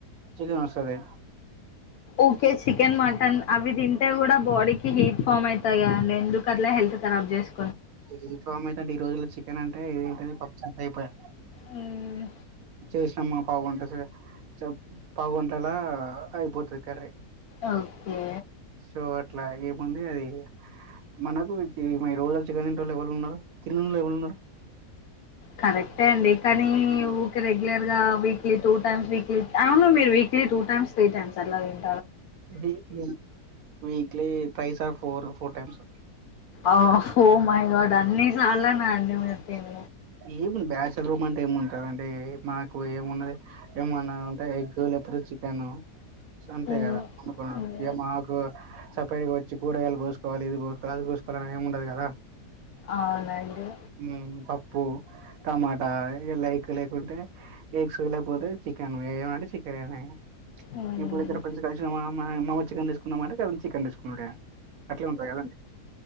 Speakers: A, on the right; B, on the left.
A: chicken ఓస్తదీ
B: ఊకే చికెన్ మటన్ అవి దింటే కూడా బాడీకి హీట్ ఫామ్ ఐతాయిది కదండి ఎందుకు అట్లా హెల్ కరాబ్ జెస్
A: హీట్ ఫామ్ అయితదంటే ఈ రోజుల్లో చికెన్ అంటే ఏంటిది పప్పు చారు ట్రైప్ పైయ్
B: హ్మ్.
A: చేస్ అమ్మా పౌగంట సే చెప్ పౌగంటలా అయిపోతది కర్రీ
B: ఓకే
A: సో అట్లా ఏముంది అది మనకు <unintelligible> రోజ్ ఆ చికెన్ తినేటోలు ఎవలున్నర తిననోలు ఎవరున్నారు
B: కరెక్టే అండి కానీ ఊకె రెగ్ రెగ్యులర్గా వీక్లీ టూ టైమ్స్ వీక్లీ అహా మీరు weekly two times three times అట్లతిన్
A: వీ వి weekly ట్రిస్ or four four times
B: ఆ హో మైగడ్ అన్ని సర్లాన అండి మీరు తిన్
A: ఏమి బ్యాచలర్ రూమ్ అంటే ఏముంటదండీ మాకు ఏమున్నది ఎమ్మన ఉంటె ఎగ్ లేకపోతే చిక్ కెనూ సో అంతే
B: హ్మ్.
A: గదా వండుకునుడు
B: హ్మ్.
A: ఇగ మాకు సుప్రైజ్ గ ఒచ్చి కూరగైల్ గోసుకోవాలి ఇవి గోస్కోల్ అవి గోస్కోల్ అని ఏం ఉండదు గదా
B: ఔనండి
A: మ్ పప్పు టమాటా ఇగ లైక్ లేకుంటే ఎగ్స్ లేకపోతే చికెన్ ఏ ఏమంటే చికెన్ ఏనై
B: హ్మ్.
A: ఇప్పుడు ఇద్దర్ ఫ్రెస్ కల్సినమా మామ చికెన్ తీసుకుందామా అంటే చికెన్ తీసుకునుడే అట్లే ఉంటది కదండి